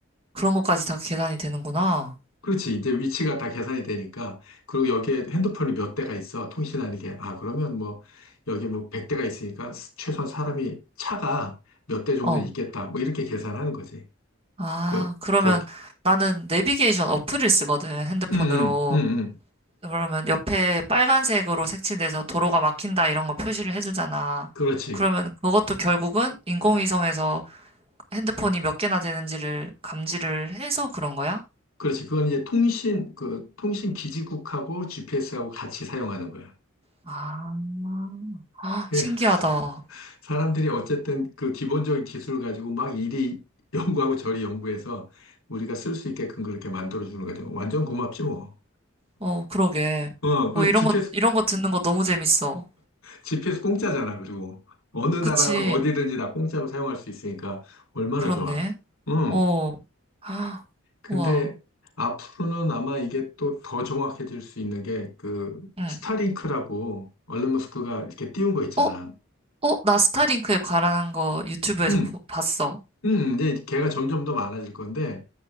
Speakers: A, on the right; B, on the left.
A: 그런 것까지 다 계산이 되는구나.
B: 그렇지. 이제 위치가 다 계산이 되니까. 그리고 여기에 핸드폰이 몇 대가 있어. 통신하는 게. 아, 그러면 뭐, 여기에 뭐 100대가 있으니까 스- 최소한 사람이 차가 몇 대 정도
A: 어,
B: 있겠다. 뭐 이렇게 계산하는 거지.
A: 아,
B: 그,
A: 그러면
B: 거기.
A: 나는 내비게이션 어플을 쓰거든, 핸드폰으로.
B: 응, 응, 응, 응.
A: 그러면 옆에 빨간색으로 색칠돼서 도로가 막힌다 이런 거 표시를 해주잖아.
B: 그렇지.
A: 그러면 그것도 결국은 인공위성에서 핸드폰이 몇 개나 되는지를 감지를 해서 그런 거야?
B: 그렇지. 그건 이제 통신, 그, 통신 기지국하고 GPS하고 같이 사용하는 거야.
A: 아, 아, 신기하다.
B: 예. <laughs> 사람들이 어쨌든 그 기본적인 기술을 가지고 막 이리 연구하고 저리 연구해서 우리가 쓸 수 있게끔 그렇게 만들어주는 거죠. 완전 고맙지 뭐.
A: 어, 그러게.
B: 어, 그리고
A: 어, 이런
B: GPS,
A: 거, 이런 거 듣는 거 너무 재밌어.
B: GPS 공짜잖아, 그리고. 어느 나라에서
A: 그치,
B: 어디든지 다 공짜로 사용할 수 있으니까 얼마나
A: 그렇네.
B: 좋아. 응.
A: 어, <gasps> 아,
B: 근데
A: 우와,
B: 앞으로는 아마 이게 또 더 정확해질 수 있는 게 그
A: 응.
B: 스타링크라고 얼른 머스크가 이렇게 띄운 거 있잖아.
A: 어, 어, 나 스타링크에 관한 거 유튜브에서
B: 응.
A: 보- 봤어.
B: 응. 이제 걔가 점점 더 많아질 건데